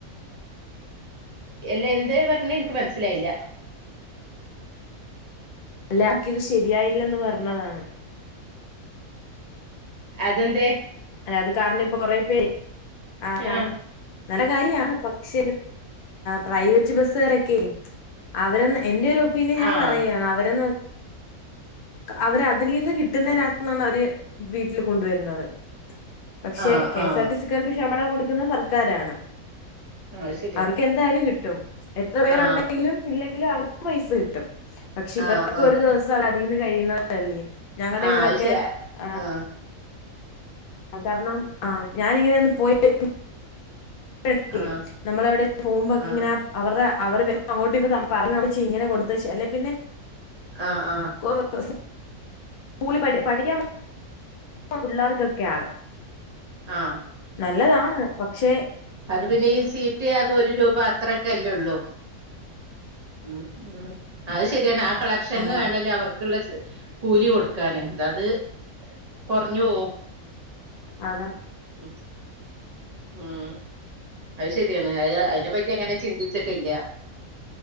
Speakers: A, on the right; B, on the left.
A: എല്ല എന്ത് പറഞ്ഞ എനിക്ക് മനസ്സിലായില്ല
B: ഇല്ല അവൾക്കു ഇത്‌ ശരിയായില്ലന്ന് പറഞ്ഞതാണ്
A: അതെന്തെ
B: അല്ലെ അത് കാരണം ഇപ്പൊ കൊറെ പേര് ആഹ കാരണം
A: ആഹ്
B: നല്ല കാര്യാണ് പക്ഷ പ്രൈവറ്റ് ബസസ് കാരൊക്കെ അവ- എന്റെറെ ഒരു ഒപ്പീനിയൻ ഞാൻ
A: ആഹ്
B: പറയാണ് അവരെ- അവര് അതിൽ നിന്ന് കിട്ടുന്നതിനകത്ത്ണ് അവര് വീട്ടിൽ കൊണ്ടുവരുന്നത് പക്ഷെ
A: ആഹ്
B: കെഎസ്
A: ആഹ്
B: ആർടി സിക്കാർക്ക് ശമ്പളം കൊടുക്കുന്ന സർക്കാരാണ്
A: ആഹ് അത് ശരിയാ
B: അവർക്ക് എന്തായാലും കിട്ടും എത്ര പേരുണ്ടെങ്കിലും
A: ആഹ്
B: ഇല്ലെങ്കിലും അവർക്ക് പൈസ കിട്ടും പക്ഷെ ഇവർക്ക്
A: ആഹ് ആഹ്
B: ഒരു ദിവസം ആണ് അതിന്നു കഴിയുന്ന ഞങ്ങളുടെ
A: ആഹ്
B: ഇവിടൊക്കെ
A: അത് ശരിയാ
B: ആ-
A: ആഹ്
B: കാരണം ആ ഞാാനിങ്ങനെന്ന് പോയി വരും <unintelligible>
A: ആഹ്
B: നമ്മള എവിടെ പോകുമ്പോക്കെ
A: ആഹ്
B: ഇങ്ങനെ അവരുടെ <unintelligible> അല്ലഗിൽ പിന്നെ
A: ആഹ് ആഹ്
B: <unintelligible> സ്കൂളിൽ പഠി പഠിക്കാൻ പോകുന്ന പിള്ളേർക്കൊക്കെ ആണ്
A: ആ
B: നല്ലതാണ് പക്ഷേ
A: അത് പിന്നെ ഈ സീറ്റ് ആകെ ഒരു രൂപ അത്രക്കെല്ലേ ഉള്ളൂ ഉം ഉം അത് ശരിയാണ് ആ കളക്ഷൻന്ന്
B: ആഹ്
A: വേണമല്ലേ അവർക്കുള്ള ചി കൂലി കൊടുക്കാന് അതാത് കുറഞ്ഞു പോവും
B: അതെ
A: ഉം ഉം അത് ശരിയ അതിനെ പറ്റി അങ്ങനെ ചിന്തിച്ചിട്ടില്ല